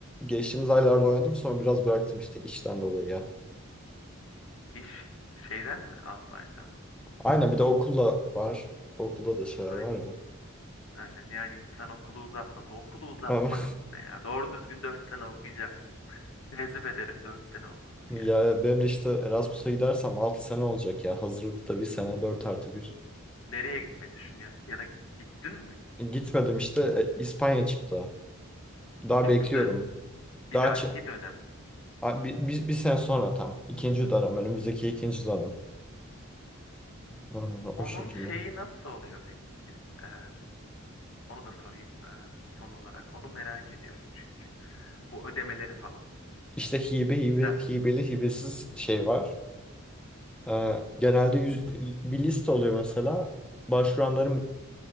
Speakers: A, in the centre; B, on the left.
A: geçtiğimiz aylarda oynadım sonra biraz bıraktım işte işten dolayı ya.
B: İş şeyden mi? Outlier'dan dolayı.
A: Aynen bir de okulla var. Okulda da şeyler
B: Aynen.
A: var ya.
B: Aynen. Yani insan okulu uzatmamalı. Okulu uzatmak
A: Ama
B: ne ya? Doğru düzgün 4 sene okuyacaksın. Tezif ederim 4 sene okunur
A: <laughs> ya
B: yani.
A: benim de işte
B: Oku-
A: Erasmus'a gidersem 6 sene olacak ya. Hazırlıkta bir sene 4 artı bir.
B: Nereye gitmeyi düşünüyorsun? Ya da git- gittin mi?
A: E, Gitmedim işte e, İspanya çıktı. Daha
B: Çıktı.
A: bekliyorum.
B: Bir
A: Daha
B: dahaki
A: ç-
B: dönem.
A: A- bir, bir, bir sene sonra tam. İkinci dönem. Önümüzdeki ikinci
B: Hmm.
A: dönem. <laughs> Aa,
B: Onun
A: O şekilde.
B: şeyi nasıl oluyor peki? Ee, onu da sorayım ee, son olarak. Onu merak ediyorum çünkü. Bu ödemeleri falan.
A: İşte hibe, hibe
B: Erasmus'un.
A: hibeli hibesiz şey var. Ee, genelde yüz, bir liste oluyor mesela. Başvuranların